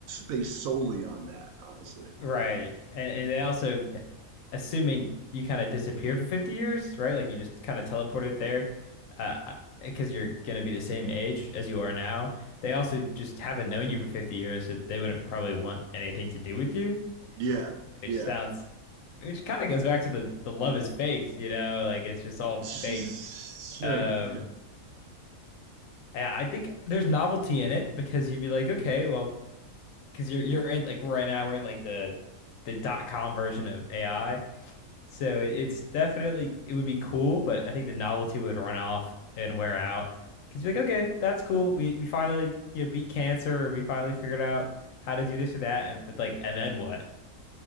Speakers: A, on the right; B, on the left.
A: based solely on that, honestly.
B: Right. And, and they also, assuming you kind of disappeared for 50 years, right? Like you just kind of teleported there, uh, because you're going to be the same age as you are now. They also just haven't known you for 50 years, so they wouldn't probably want anything to do with you,
A: Yeah,
B: which
A: yeah.
B: sounds, which kind of goes back to the, the love is fake, you know, like it's just all
A: <laughs>
B: fake.
A: Sure,
B: Um,
A: yeah.
B: yeah, I think there's novelty in it because you'd be like, okay, well, because you're, you're in like right now, we're in like the, the dot com version of AI So it- it's definitely it would be cool, but I think the novelty would run off and wear out. Because you're like, okay, that's cool. We we finally you know beat cancer, or we finally figured out how to do this or that. And, but like, and then what?